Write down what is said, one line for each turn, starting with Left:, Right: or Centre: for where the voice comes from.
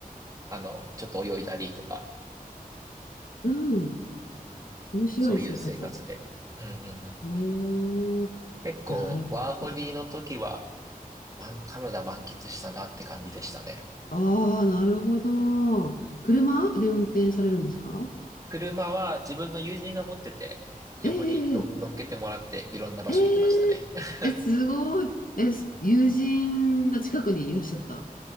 Right: あの、ちょっと泳いだりとか、
Left: うん。面白い生活。
Right: そういう生活で。うんうんうん。
Left: おー、
Right: 結構、
Left: なるほど。
Right: ワーホリの時は、まカナダ満喫したなって感じでしたね。
Left: ああ、なるほど。車で運転されるんですか
Right: 車は自分の友人が持ってて、横にの乗っけてもらって、
Left: えええ
Right: いろんな場所行ってましたね。
Left: ええええ、
Right: <laughs>
Left: すごい。え、す友人が近くにいらっしゃった。